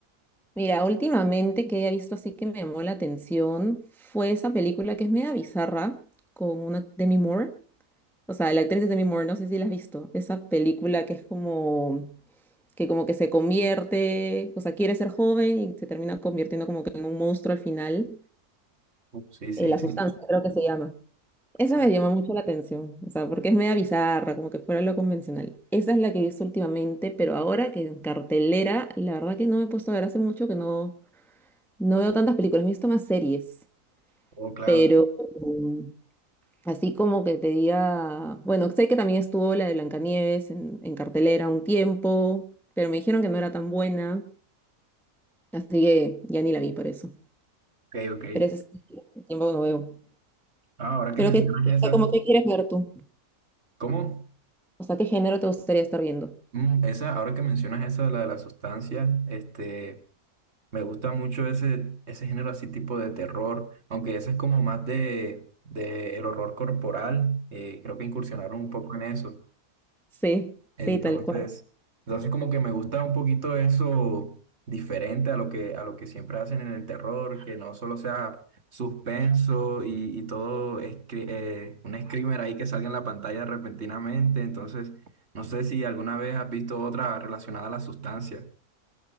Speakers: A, in the centre; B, on the right.
A: Mira, últimamente que he visto así que me llamó la atención fue esa película que es media bizarra con una Demi Moore. O sea, la actriz de Demi Moore, no sé si la has visto. Esa película que es como que como que se convierte, o sea, quiere ser joven y se termina convirtiendo como que en un monstruo al final.
B: Uh, Sí, sí,
A: Eh, La
B: sí,
A: Sustancia, creo que se llama. Esa
B: sí.
A: me llama mucho la atención, o sea, porque es media bizarra, como que fuera lo convencional. Esa es la que he visto últimamente, pero ahora que en cartelera, la verdad que no me he puesto a ver hace mucho que no, no veo tantas películas, he visto más series,
B: Oh, claro.
A: pero um, así como que te diga, bueno, sé que también estuvo la de Blancanieves en, en cartelera un tiempo, pero me dijeron que no era tan buena, así que ya ni la vi por eso.
B: Ok, ok.
A: Pero ese sí, tiempo que no veo.
B: Ah, ahora que
A: Pero
B: mencionas
A: que, o
B: esa,
A: sea, como que quieres ver tú,
B: ¿cómo?
A: o sea, ¿qué género te gustaría estar viendo?
B: Mm, Esa, ahora que mencionas esa, la de la sustancia, este, me gusta mucho ese, ese género así tipo de terror, aunque ese es como más de, de el horror corporal, eh, creo que incursionaron un poco en eso.
A: Sí,
B: Entonces,
A: sí, tal cual.
B: entonces como que me gusta un poquito eso diferente a lo que, a lo que siempre hacen en el terror, que no solo sea suspenso y, y todo escri- eh, un screamer ahí que salga en la pantalla repentinamente. Entonces, no sé si alguna vez has visto otra relacionada a la sustancia.